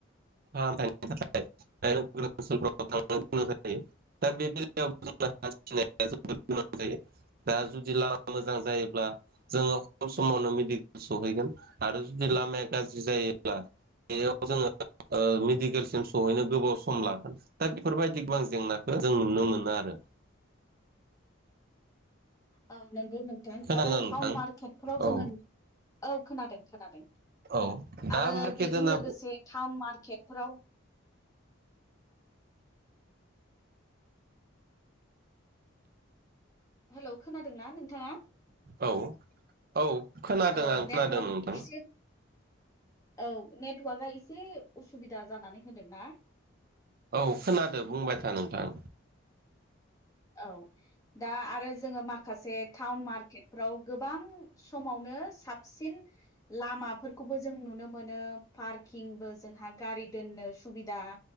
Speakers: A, on the right; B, on the left.
A: <unintelligible> <unintelligible> दा जुदि लामा मोजां जायोब्ला जोङो खम समावनो मेडिकेल सहैगोन आरो जुदि लामाया गाज्रि जायोब्ला बेयाव जोङो ओ मेडिकेलसिम सहैनो गोबाव सम लागोन दा बेफोरबायदि गोबां जेंनाखौ जों नुनो मोनो आरो
B: <inaudible> औ नंगौ नोंथां
A: खोनादोंना
B: आरो
A: नोंथां
B: टाउन मार्केटफोराव जोङो
A: औ
B: औ खोनादों खोनादों
A: औ दा
B: आरो
A: मार्केट
B: बेजों
A: होनना
B: लोगोसे टाउन मारक खेटफोराव हेलौ खोनादों ना नों थांङा
A: औ औ खोनादों
B: औ
A: आं खोनादों
B: नेटवर्क
A: नोंथां
B: एसे औ नेटवार्कआ एसे उसुबिदा जानानै होदोंना
A: औ खोनादों बुंबाय था नोंथां
B: औ दा आरो जोङो माखासे टाउन मार्केटफ्राव गोबां समावनो साबसिन लामाफोरखौबो जों नु नो मोनो पारकिंबो जोंहा गारि दोननो सुबिदा